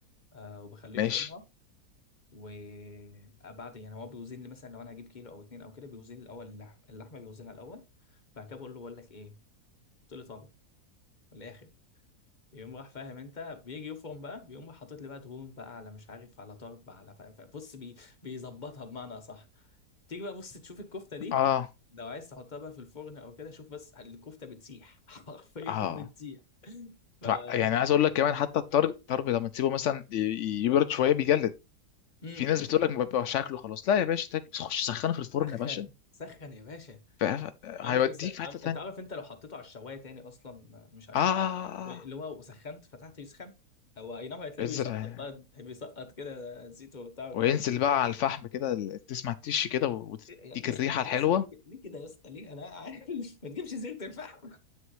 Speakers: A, on the left; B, on the left.
A: أه وبخليه
B: ماشي
A: يفرمها وبعد يعني هو بيوزن لي مثلا لو أنا هجيب كيلو أو اتنين أو كده بيوزن لي الأول اللحم اللحمة بيوزنها الأول بعد كده بقول له بقول لك إيه؟ قلت لي طالب من الآخر يقوم راح فاهم انت بيجي يفرم بقى بيقوم راح حاطط لي بقى دهون بقى على مش عارف على طرب على فاهم فاهم. بص بي بيظبطها بمعنى اصح تيجي بقى بص تشوف الكفته دي
B: اه
A: لو عايز تحطها بقى في الفرن او كده شوف بس الكفته بتسيح <laughs> حرفيا
B: اه
A: بتسيح ف
B: طبعا يعني عايز اقول لك كمان
A: جامد.
B: حتى الطرب الطرب لما تسيبه مثلا ي- ي- يبرد شويه بيجلد
A: م- م.
B: في ناس بتقول لك ما بيبقاش شكله خلاص لا يا باشا تاك- خش سخنه في الفرن
A: سخن
B: يا باشا
A: سخن يا باشا
B: ف- هيوديك
A: عارف لس...
B: في حته
A: عارف-
B: ثانيه
A: انت عارف انت لو حطيته على الشوايه تاني اصلا مش على الشوايه
B: آه آه، آه، آه.
A: اللي هو وسخنت فتحته يسخن هو اي نعم هتلاقيه
B: بذرة
A: بيسقط بقى بيسقط كده زيته وبتاع وكده
B: وينزل
A: بس
B: بقى على الفحم كده ال- تسمع التش كده وتديك
A: إيه يا يا اسطى
B: الريحة
A: يا
B: الحلوة
A: اسطى ليه كده ليه كده يا اسطى ليه انا عارف <laughs> ما تجيبش صيغه الفحم